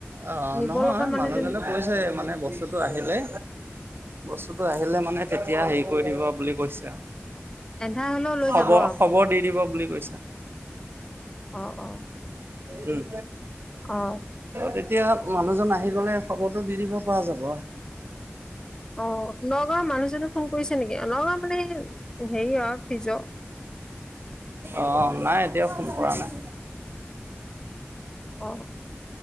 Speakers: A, on the right; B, on the left.
A: অঁ
B: নিব
A: নহয়
B: লগা মানুহজন
A: মানুহজনে
B: <unintelligible>
A: কৈছে মানে বস্তুটো আহিলে বস্তুটো আহিলে মানে তেতিয়া হেৰি কৰি দিব বুলি কৈছে
B: এন্ধাৰ হলেও লৈ যাব
A: আৰু হব দি দিব বুলি কৈছে
B: অ অ
A: উম
B: অ
A: তেতিয়া মানুহজন আহি গ'লে খবৰটো দি দিব পৰা যাব
B: অ নগাঁৱৰ মানুহজনে ফোন কৰিছে নেকি নগাঁৱ মানে হেৰি আৰু ফিজ
A: অঁ নাই এতিয়া ফোন কৰা নাই
B: অ